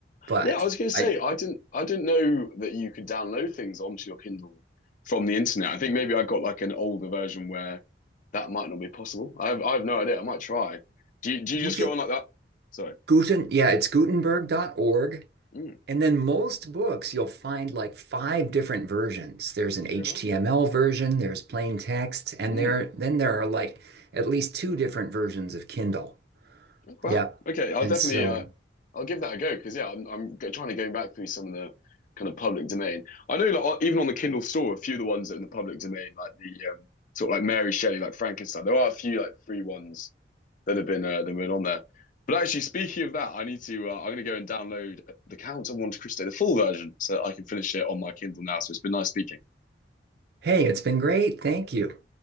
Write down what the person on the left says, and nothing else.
Yeah, I was going to
say I didn't I didn't know that you could download things onto your Kindle from the internet. I think maybe I got like an older version where that might not be possible. I have I have no idea. I might try. Do you, do you
just go
on like that? Sorry.
Mm.
Oh, wow.
Mm.
Wow.
Okay, I'll
definitely
uh, I'll give that a go because yeah, I'm I'm go- trying to go back through some of the kind of public domain. I know like o- even on the Kindle store, a few of the ones that are in the public domain, like the um, sort of like Mary Shelley, like Frankenstein. There are a few like free ones that have been uh, that have been on there. But actually, speaking of that, I need to uh, I'm going to go and download The Count of Monte Cristo, the full version, so that I can finish it on my Kindle now. So it's been nice speaking.